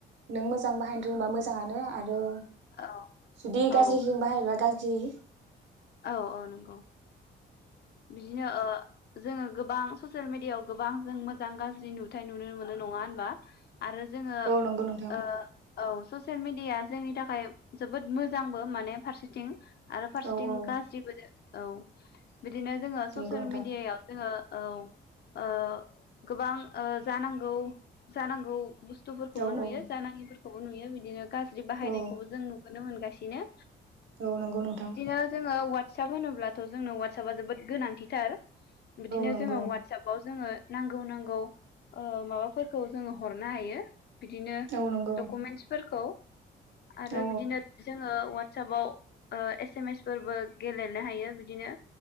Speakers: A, on the right; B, on the left.
A: नों मोजां बाहायनो रोंबा मोजाङानो आरो।
B: औ
A: जुदि
B: औ
A: गाज्रिथिं बाहायबा गाज्रि। जि।
B: औ औ नंगौ। बिदिनो ओ। जोङो गोबां ससियेल मिडियायाव गोबां जों मोजां गाज्रि नुथाय नुनो मोनो नङा होनबा? आरो जोङो ओ
A: औ नंगौ नोंथां
B: औ। स'सेयल मिडिया जोंनि थाखाय जोबोद मोजांबो माने फारसेथिं
A: औ
B: थिं
A: औ
B: गाज्रिबो दो औ बिदिनो जोङो
A: नंगौ
B: स'सियेल
A: नोंथां
B: मिडियायाव जोङो औ ओ गोबां ओ जानांगौ जानांगौ बुस थुफोरखौबो
A: औ
B: नुयो
A: औ
B: जानाङि फोर खौबो नुयो बिदिनो। गाज्रि बाहायनायखौबो
A: औ
B: जों नुगोनो मोनगासि इनो
A: औ नंगौ नोंथां।
B: ङो जोङो आटसाफ होनोब्लाथ' जोंनो आटसाबा जोबोद गोनांथिथार। बिदिनो
A: औ नंगौ
B: जोङो आटसाबाव जोङो नांगौ नांगौ ओ माबाफोरखौ जोङो हरनो हायो। बिदिनो
A: औ नंगौ
B: डक'मेन्टसफोरखौ। आरो
A: औ
B: बिदिनो जोङो अ'वाट साबाव ओ एस सेमेस फोरबो गेलेनो हायो बिदिनो